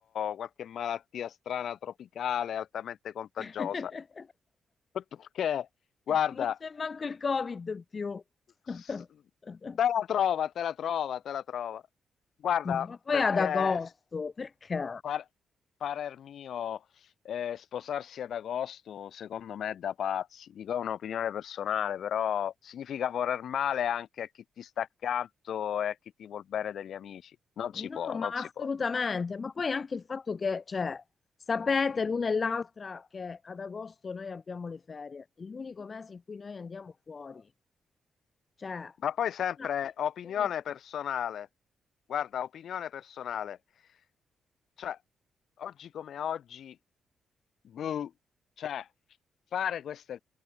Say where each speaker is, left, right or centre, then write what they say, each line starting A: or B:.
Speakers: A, on the left; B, on the left.
A: qualche malattia strana tropicale altamente contagiosa.
B: eh. <laughs>
A: <laughs> Perché, guarda.
B: Non c'è manco il Covid più. <laughs>
A: S- Te la trova, te la trova, te la trova. Guarda,
B: No, ma poi
A: perché
B: ad agosto,
A: s-
B: perché?
A: par- parer mio, eh, sposarsi ad agosto, secondo me è da pazzi. Dico, è un'opinione personale, però significa voler male anche a chi ti sta accanto e a chi ti vuol bene degli amici. Non si
B: No,
A: può,
B: ma
A: non
B: assolutamente,
A: si può.
B: ma poi anche il fatto che, cioè, sapete l'una e l'altra che ad agosto noi abbiamo le ferie, è l'unico mese in cui noi andiamo fuori, cioè,
A: Ma poi sempre
B: una, una,
A: opinione
B: una e
A: personale.
B: tre.
A: Guarda, opinione personale. Cioè, oggi come oggi. Boh, cioè, fare questi